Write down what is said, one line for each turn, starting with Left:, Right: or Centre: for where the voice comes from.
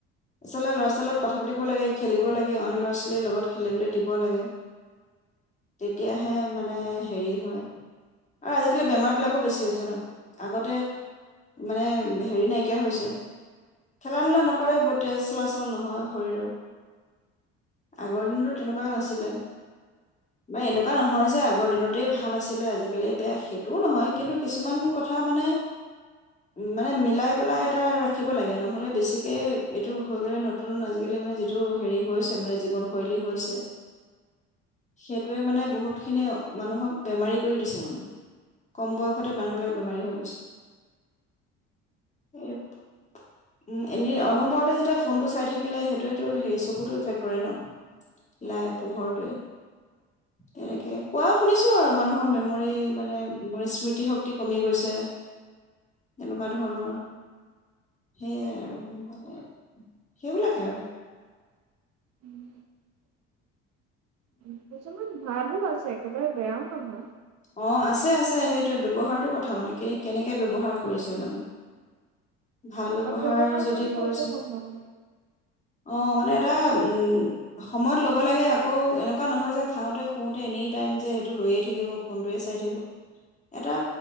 Left: আচলতে ল'ৰা ছোৱালীৰ লগত কথা পাতিব লাগে, খেলিব লাগে অইন ল'ৰা ছোৱালীৰ লগত খেলিবলৈ দিব লাগে। তেতিয়াহে মানে হেৰি হয়। আৰু আজিকালি বেমাৰ বিলাকো বেছি হৈছে ন, আগতে, মানে হেৰি নাইকিয়া হৈছে। খেলা ধূলা নকৰে তেজ চলাচল নহয় শৰীৰৰ। আগৰ দিনতো তেনেকুৱা নাছিলে। বা এনেকুৱা নহয় যে আগৰ দিনৰ গোটেই ভাল আছিলে আজিকালি বেয়া সেইটোও নহয় কিন্তু কিছুমান কথা মানে, মানে মিলাই পেলাই এটা ৰাখিব লাগে। ন'হলে বেছিকে এইটো হৈ গ'লে নতুন আজিকালি মানে যিটো হেৰি হৈছে মানে জীৱনশৈলী হৈ ছে। সেইটোৱে মানে বহুত এইখিন আও। মানুহক বেমাৰী কৰি দিছে মানে, কম বয়সতে মানুহবিলাক বেমাৰী হৈ গৈছে। <unintelligible> উম, এনেই অনবৰতে যেতিয়া ফোনটো চাই থাকিলে সেইটোৱেতো সেই চকুতো ইফেক্ট কৰে ন, লাই পোহৰটোৱে। তেনেকে শুনিছো আৰু মানুহৰ মেমৰি মানে স্মৃতি শক্তি কমি গৈছে। এনেকুৱা ধৰণৰ। সেইয়াই আৰু মানে, সেইবিলাকে আৰু।
Right: উম,। উম, কিছুমান ভাল আছে একেবাৰে বেয়াও নহয়।
Left: অ, আছে আছে সেইটোৱে ব্যৱহাৰটো কথা মানে। কেনেকে ব্যৱহাৰ কৰিছে মানে। ভাল ব্যৱহাৰ
Right: সৎ
Left: যদি
Right: কৰিলে
Left: কৰিছে।
Right: একো নহয়।
Left: অ, মানে উম, সময়ত ল'ব লাগে আকৌ এনেকুৱা নহয় যে খাওঁতে শুওঁতে এনি টাইম যে সেইটো লৈয়ে থাকিব। ফোনটোৱে চাই থাকিব। এটা,